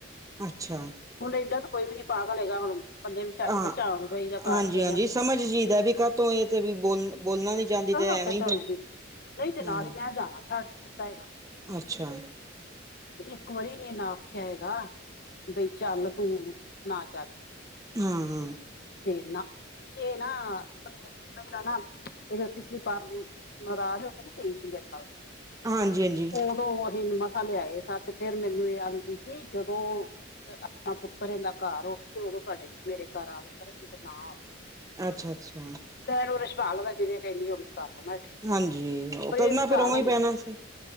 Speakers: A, on the right (about 15°); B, on the left (about 50°).
A: ਅੱਛਾ।
B: ਹੁਣ ਏਡਾਂ ਤਾਂ ਕੋਈ ਵੀ ਨੀ ਪਾਗਲ ਹੈਗਾ ਹੁਣ ਬੰਦੇ ਨੂੰ ਝੱਟ
A: ਹਾਂ
B: ਪਹਿਚਾਣ ਗਏ, ਘਰ
A: ਹਾਂਜੀ
B: ਗਏ
A: ਹਾਂਜੀ
B: ਆ ਕਿਸੇ
A: ਸਮਝ ਜੀਦਾ ਵੀ ਕਾਹਤੋਂ ਇਹ ਤੇ ਵੀ ਬੋਲ ਬੋਲਣਾ ਨੀ ਚਾਹੁੰਦੀ
B: ਆਪ
A: ਐਵੇਂ
B: ਤੇ ਚੱਲਦੀ
A: ਫਿਰ
B: ਨਹੀਂ, ਨਹੀਂ ਤੇ
A: ਹਾਂਜੀ
B: ਨਾ ਸੀ, ਮੈਂ ਜਾਣਾ ਛੱਡ ਦਿੱਤਾ।
A: ਅੱਛਾ।
B: ਤੇ ਇੱਕ ਵਾਰੀ ਨੀ ਇਨਾ ਆਖਿਆ ਹੈਗਾ, ਬਈ ਚੱਲ ਤੂੰ ਨਾ ਚੱਲ।
A: ਹਾਂ -ਹਾਂ,।
B: ਫੇਰ ਨਾ, ਏ ਨਾ ਇਹ ਜਦੋਂ ਪਿਛਲੀ ਪਾਰ ਨੂੰ, ਨਾਰਾਜ ਹੋ ਕੇ ਨਹੀ ਗਈ ਸੀ ਮੇਰੇ ਨਲ।
A: ਹਾਂਜੀ ਹਾਂਜੀ
B: ਉਦੋਂ ਅਸੀ ਇਹਨੂੰ ਮਸਾ ਲਿਆਏ ਸਾ, ਤੇ ਫੇਰ ਮੈਨੂੰ ਇਹ ਆਂਦੀ ਸੀ ਜਦੋਂ ਆਪਣਾ ਪੁੱਤਰ ਏਦਾ ਘਰ ਹੋਵੇ, ਤੇ ਉਹਦੋ ਸਾਡੇ ਮੇਰੇ ਘਰ ਆਵੇ ਨਹੀਂ ਤੇ ਨਾ ਆਵੇ ਕਰ
A: ਅੱਛਾ- ਅੱਛਾ।
B: ਫਿਰ ਉਹ ਰਿਸ਼ਪਾਲ ਜਿਵੇਂ ਕਹਿੰਦੀ ਏ, ਉਵੇਂ ਕਰਲੋ ਮੈਂ ਕਿਹਾ ਠੀਕ
A: ਹਾਂਜੀ
B: ਏ,
A: ਉਹ
B: ਪ੍ਰਿੰਸ
A: ਕਰਨਾ ਫਿਰ
B: ਘਰ
A: ਉਵੇਂ
B: ਹੁੰਦਾ
A: ਹੀ ਪੈਣਾ ਸੀ